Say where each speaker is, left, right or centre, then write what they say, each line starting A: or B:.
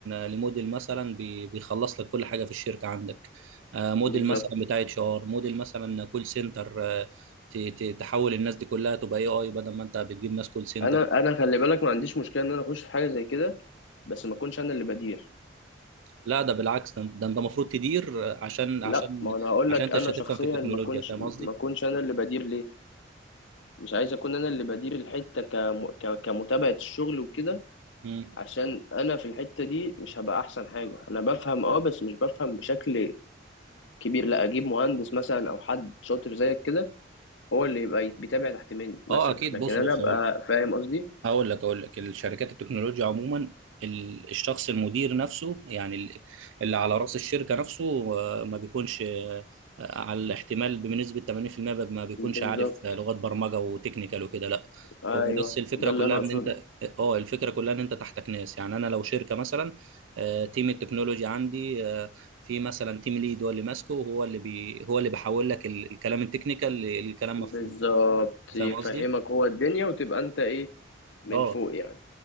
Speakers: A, on the right; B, on the left.
A: لموديل مثلا بي- بيخلص لك كل حاجه في الشركه عندك آه، موديل
B: بالظبط
A: مثلا بتاع اتش ار موديل مثلا كول سنتر آه، ت- ت- تحول الناس دي كلها تبقى اي اي بدل ما انت بتجيب ناس كول سنتر
B: انا انا خلي بالك ما عنديش مشكله ان انا اخش في حاجه زي كده بس ما اكونش انا اللي بدير
A: لا ده بالعكس ده ده انت المفروض تدير آه، عشان
B: لا
A: عشان
B: ما انا هقول
A: عشان
B: لك
A: انت
B: انا
A: مش هتفهم
B: شخصيا
A: في التكنولوجيا
B: ما اكونش
A: فاهم
B: ما
A: قصدي؟
B: اكونش انا اللي بدير ليه مش عايز اكون انا اللي بدير الحته كم... ك... كمتابعه الشغل وكده
A: مم.
B: عشان انا في الحتة دي مش هبقى احسن حاجة انا بفهم اه بس مش بفهم بشكل كبير لا اجيب مهندس مثلا او حد شاطر زيك كده هو اللي يبقى يت- بيتابع تحت مني مثلا
A: اه اكيد
B: لكن
A: بص
B: انا
A: بص
B: ابقى فاهم قصدي
A: هقول لك اقول لك الشركات التكنولوجيا عموما ال- الشخص المدير نفسه يعني ال- اللي على راس الشركه نفسه آه، ما بيكونش آه، على الاحتمال بنسبه 80% ما بيكونش
B: بالظبط
A: عارف آه، لغات برمجه وتكنيكال وكده لا
B: ايوه
A: هو بس الفكره
B: ده اللي
A: كلها
B: انا
A: ان
B: اقصده
A: انت اه الفكره كلها ان انت تحتك ناس يعني انا لو شركه مثلا آه، تيم التكنولوجي عندي آه، في مثلا تيم ليد هو اللي ماسكه وهو اللي بي هو اللي بيحول لك ال- الكلام التكنيكال لكلام
B: بالظبط
A: مفهوم فاهم
B: يفهمك
A: قصدي؟
B: هو الدنيا وتبقى انت ايه من
A: اه
B: فوق يعني